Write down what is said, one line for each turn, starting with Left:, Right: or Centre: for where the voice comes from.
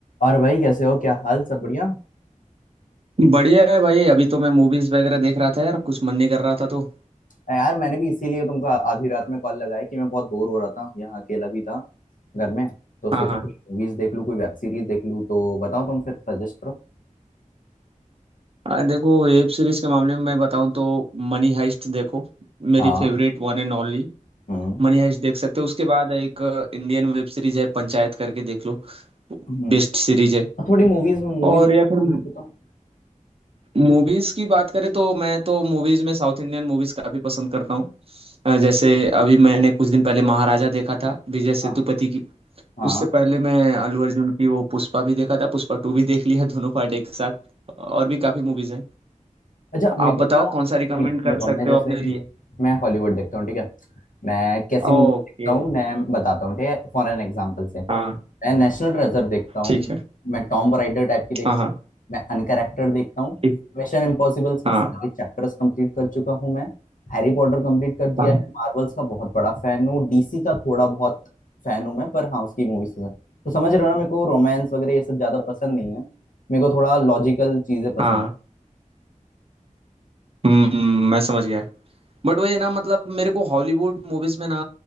Left: और भाई कैसे हो क्या हाल सब बढ़िया
Right: बढ़िया है भाई अभी तो मैं मूवीज वगैरह देख रहा था यार कुछ मन नहीं कर रहा था तो
Left: अ, यार मैंने भी इसीलिए तुमको आ- आधी रात में कॉल लगाया कि मैं बहुत बोर हो रहा था यहाँ अकेला भी था घर में तो सोचा
Right: हाँ हाँ
Left: कोई मूवीज देख लूँ कोई वेब सीरीज देख लूँ तो बताओ तुम फिर सजेस्ट करो
Right: आ, देखो वेब सीरीज के मामले में मैं बताऊं तो मनी हाइस्ट देखो मेरी
Left: हाँ
Right: favourite one and only
Left: हम्म
Right: Money Heist देख सकते हो उसके बाद एक इंडियन वेब सीरीज है पंचायत करके देख लो
Left: हम्म।
Right: बेस्ट सीरीज है
Left: और थोड़ी मूवीज में मूवीज
Right: और या फिर
Left: में बताओ
Right: मूवीज की बात करें तो मैं तो मूवीज में साउथ इंडियन मूवीज काफी पसंद करता हूँ अ, जैसे अभी मैंने कुछ दिन पहले महाराजा देखा था विजय सेतुपति
Left: हाँ
Right: की
Left: हाँ
Right: उससे पहले मैं अल्लू अर्जुन की वो पुष्पा भी देखा था पुष्पा टू भी देख लिया <laughs> दोनों पार्ट एक साथ और भी काफी मूवीज हैं
Left: अच्छा मेरे
Right: आप बताओ
Left: को
Right: कौन सा रिकमेंड
Left: ना
Right: कर
Left: देखो
Right: सकते
Left: मैं जैसे
Right: हो अपने लिए
Left: मैं हॉलीवुड देखता हूँ ठीक है मैं कैसी मूवी
Right: ओके
Left: देखता हूँ मैं बताता हूँ ठीक है फॉर एन एग्जाम्पल से मैं
Right: हाँ
Left: नेशनल ट्रेजर देखता हूँ
Right: ठीक है
Left: मैं टॉम राइडर टाइप की देखता
Right: हाँ हाँ
Left: हूँ मैं अनकैरेक्टर देखता हूँ
Right: ठीक
Left: मिशन इम्पॉसिबल्स के
Right: हाँ
Left: सारे चैप्टर्स कंप्लीट कर चुका हूँ मैं हैरी पॉटर कंप्लीट कर दिया
Right: हाँ
Left: है मार्वल्स का बहुत बड़ा फैन हूँ डीसी का थोड़ा बहुत फैन हूँ मैं पर हाँ उसकी मूवीज का तो समझ रहे हो ना मेरे को रोमांस वगैरह ये सब ज्यादा पसंद नहीं है मेरे को थोड़ा लॉजिकल चीजें पसंद
Right: हाँ हम्म हम्म, मैं समझ गया बट वो ये ना मतलब मेरे को हॉलीवुड मूवीज में ना